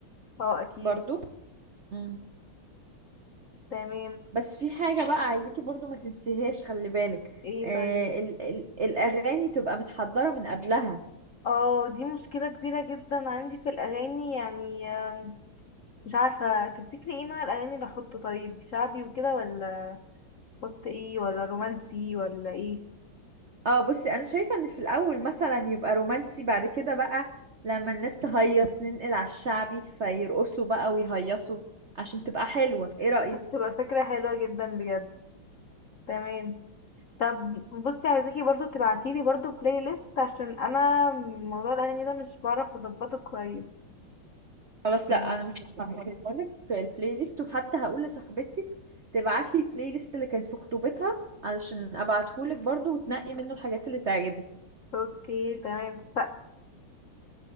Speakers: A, on the left; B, on the right.
A: اه اكيد
B: برضو مم.
A: تمام
B: بس في حاجة بقى عايزاكي برضو ما تنسيهاش خلي بالك
A: ايه
B: آه
A: طيب
B: ال... ال... الاغاني تبقى متحضرة من قبلها
A: اه دي مشكلة كبيرة جدا عندي في الأغاني يعني آم، مش عارفة تفتكري ايه نوع الأغاني اللي أحطه طيب شعبي وكده ولا أحط ايه ولا رومانسي ولا ايه
B: اه بصي انا شايفه ان في الاول مثلا يبقى رومانسي بعد كده بقى لما الناس تهيص ننقل على الشعبي فيرقصوا بقى ويهيصوا عشان تبقى حلوه ايه رايك
A: هتبقى فكرة حلوة جدا بجد تمام طب بصي عايزاكي برضو تبعتيلي برضو بلاي ليست عشان أنا موضوع الأغاني ده مش بعرف أظبطه كويس
B: خلاص
A: مم.
B: لا انا مش هقولك البلاي ليست وحتى هقول لصاحبتي تبعت لي البلاي ليست اللي كانت في خطوبتها علشان ابعتهولك برضو وتنقي منه الحاجات اللي تعجبك
A: اوكي تمام ف-